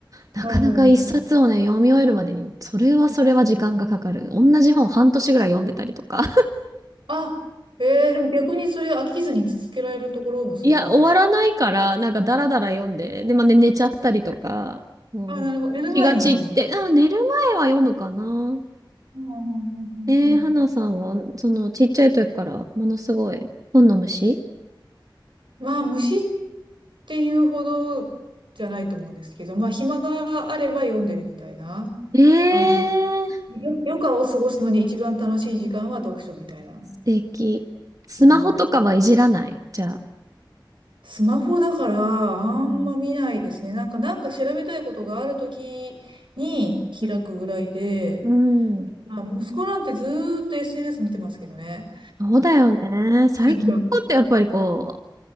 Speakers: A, on the right; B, on the right.
A: なかなか一冊をね、
B: はいはいはいはい。
A: 読み終えるまでに、それはそれは時間がかかる。同じ本半年ぐらい読んでたりとか。
B: あ、えー、でも逆にそれ飽きずに続けられるところもすごいです。
A: いや、終わらないから、なんかダラダラ読んで、で、まあ、ね、寝ちゃったりとか、うん、
B: あ、なるほど。寝る前に読んでる。
A: 気が散って、あ、寝る前は読むかな。
B: うんうんうんうんうん
A: えー、花さんは、その、ちっちゃい時からものすごい本の虫
B: まあ虫っていうほどじゃないと思うんですけど、まあ暇があれば読んでるみたいな。
A: えー、
B: あのよ、余暇を過ごすのに一番楽しい時間は読書みたいな
A: 素敵。スマホとかはいじらないじゃあ。
B: 感じで。スマホだからあんま見ないですね。
A: うん。
B: なんか、なんか調べたいことがあるときに開くぐらいで、
A: うんうん
B: まあ、息子なんてずーっと SNS 見てますけどね。
A: そうだよね。最近の子ってやっぱりこ
B: <laughs>